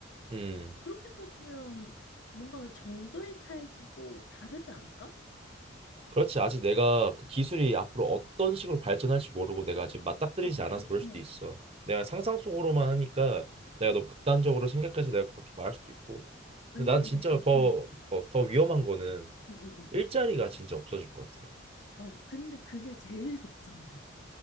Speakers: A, on the right; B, on the left.
A: 음.
B: 그렇게 따지면 뭔가 그 정도의 차이지 또 다르지 않을까?
A: 그렇지. 아직 내가 그 기술이 앞으로 어떤 식으로 발전할지 모르고 내가 아직 맞닥뜨리지
B: 그치,
A: 않아서
B: 그렇긴
A: 그럴 수도
B: 해.
A: 있어. 내가 상상 속으로만 하니까 내가 너무 극단적으로 생각해서 내가 그렇게 말할 수도 있고.
B: 왜냐면
A: 근데 난 진짜
B: 근데,
A: 더,
B: 응,
A: 어, 더 위험한 거는
B: 응, 응, 응.
A: 일자리가 진짜 없어질 것 같아.
B: 나 근데 그게 제일 걱정돼.